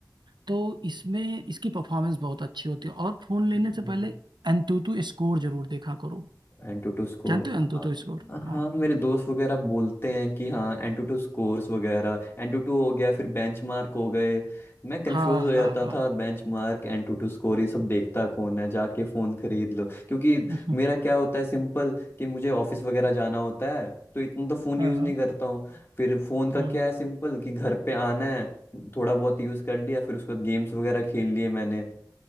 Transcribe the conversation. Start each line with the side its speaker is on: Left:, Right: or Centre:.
Right: तो इसमें इसकी परफॉर्मेंस बहुत अच्छी होती है और फोन लेने
Left: हम्म,
Right: से पहले एंतुतु स्कोर जरूर देखा करो
Left: एंटूटू स्कोर
Right: जानते हो एंतुतु
Left: हाँ
Right: स्कोर हाँ
Left: हाँ, मेरे दोस्त वगैरह बोलते हैं कि हाँ एंटूटू स्कोर्स वगैरह एंटूटू हो गया फिर बेंचमार्क हो गए मैं कंफ्यूज
Right: हाँ
Left: हो जाता
Right: हाँ हाँ
Left: था बेंचमार्क एंटूटू स्कोर ये सब देखता कौन है जाके फ़ोन खरीद लो क्योंकि
Right: <laughs>
Left: मेरा क्या होता है सिंपल कि मुझे ऑफिस वगैरह जाना होता है तो इतना तो फ़ोन
Right: हाँ
Left: यूज़
Right: हाँ
Left: नहीं करता हूँ फिर फ़ोन का
Right: हाँ
Left: क्या है सिंपल कि घर पे आना है थोड़ा बहुत यूज़ कर लिया फिर उसके बाद गेम्स वगैरह खेल लिए मैंने